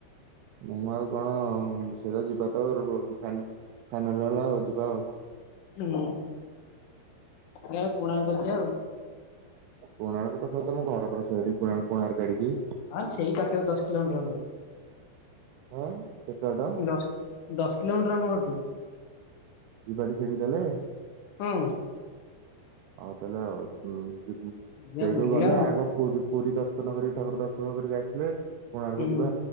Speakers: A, on the right; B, on the left.
A: ନା ମୁଁ ଆଉ କଣ ସେଟା ଯିବା ତ ଫାଇନାଲ ହେଲା ଆଉ ଯିବା ଆଉ
B: ନୂଆ ଆଜ୍ଞା କୋଣାର୍କ
A: ହଉ
B: ଯିବା ଆଉ
A: କୋଣାର୍କ ପାଖରେ ତମ ଘର ପରା ସେଇଠି କୋଣାର୍କାଆଡିକି
B: ଆଁ ସେଇ ପାଖରେ ଦଶ କିଲେ ମିଟର ଖଡେ
A: ହଁ ଏତେ ବାଟ
B: ଦଶ ଦଶ କିଲୋମିଟର ଆମ ଘରରୁ
A: ଯିବାଟି ସେଠି ଦେଲେ
B: ହଁ
A: ଆଉ ତାହେଲେ ଆଉ
B: ଯିବା
A: ସେଇଠୁ
B: ବୁଲିବା
A: ଗଲେ
B: ଆଉ
A: ଆଗ ପୁର ପୁରୀ ଦର୍ଶନ କରି ଠାକୁର ଦର୍ଶନ କରିକି ଆସିଲେ। କୋଣାର୍କ
B: ହୁଁ।
A: ଯିବା